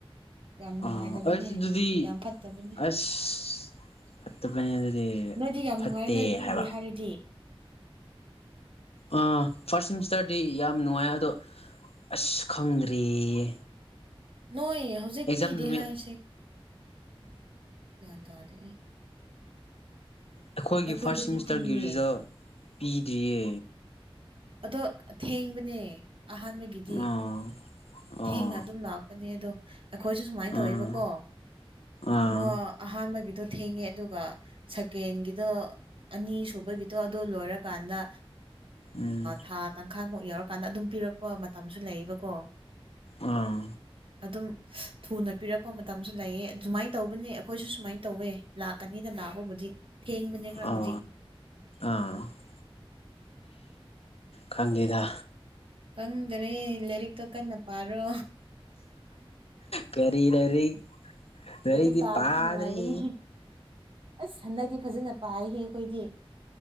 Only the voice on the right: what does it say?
ꯌꯥꯝ ꯅꯨꯡꯉꯥꯏꯇꯕꯅꯦ
ꯌꯥꯝ ꯐꯠꯇꯕꯅꯦ
ꯅꯣꯏꯗꯤ ꯌꯥꯝ
ꯅꯨꯡꯉꯥꯏ ꯅꯣꯏ ꯄꯤꯗꯦ
ꯍꯥꯏꯔꯗꯤ
ꯅꯣꯏ ꯍꯧꯖꯤꯛ
ꯄꯤꯗꯦ
ꯍꯥꯏꯁꯦ ꯒ꯭ꯌꯥꯟ ꯇꯥꯗꯦ ꯑꯩ
ꯑꯩꯈꯣꯏꯗꯗꯤ
ꯄꯤꯌꯦ
ꯑꯗꯣ ꯑꯊꯦꯡꯕꯅꯦ ꯑꯍꯥꯟꯕꯒꯤꯗꯤ
ꯊꯦꯡꯅ
ꯑꯗꯨꯝ ꯂꯥꯛꯄꯅꯦ ꯑꯗꯣ ꯑꯩꯈꯣꯏꯁꯨ ꯁꯨꯃꯥꯏꯅ ꯇꯧꯋꯕꯀꯣ
ꯃ ꯑꯍꯥꯟꯕꯒꯤꯗꯣ ꯊꯦꯡꯉꯦ ꯑꯗꯨꯒ ꯁꯀꯦꯟꯒꯤꯗꯣ ꯑꯅꯤꯁꯨꯨꯕꯒꯤꯗꯣ ꯑꯗꯨ ꯂꯣꯏꯔꯀꯥꯟꯗ
ꯊꯥ ꯇꯪꯈꯥꯏꯃꯨꯛ ꯌꯥꯎꯔꯀꯥꯟꯗ ꯑꯗꯨꯝ ꯄꯤꯔꯛꯄ ꯃꯇꯝꯁꯨ ꯂꯩꯌꯦꯕꯀꯣ
ꯑꯗꯨꯝ ꯊꯨꯅ ꯄꯤꯔꯛꯄ ꯃꯇꯝꯁꯨ ꯂꯩꯌꯦ ꯑꯗꯨꯃꯥꯏꯅ ꯇꯧꯕꯅꯦ ꯑꯩꯈꯣꯏꯁꯨ ꯁꯨꯃꯥꯏꯅ ꯇꯧꯋꯦ ꯂꯥꯛꯀꯅꯤꯗ ꯂꯥꯛꯄ ꯕꯨꯗꯤ ꯊꯦꯡꯕꯅꯦ ꯈꯔꯕꯨꯗꯤ
ꯈꯪꯗꯔꯦ ꯂꯥꯏꯔꯤꯛꯇꯣ ꯀꯟꯅ ꯄꯥꯔꯣ
ꯂꯥꯏꯔꯤꯛ ꯄꯥꯕꯁꯨ
ꯅꯨꯡꯉꯥꯏꯕꯅꯤ ꯑꯁ ꯍꯟꯗꯛꯗꯤ ꯐꯖꯅ ꯄꯥꯏꯍꯦ ꯑꯩꯈꯣꯏꯗꯤ